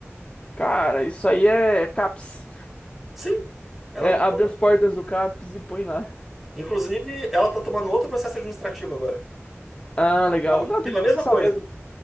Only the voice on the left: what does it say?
Cara, isso aí é CAPS.
É, abre as portas do CAPS e põe lá.
Ah, legal.
Não,
tem que
processar
mesmo.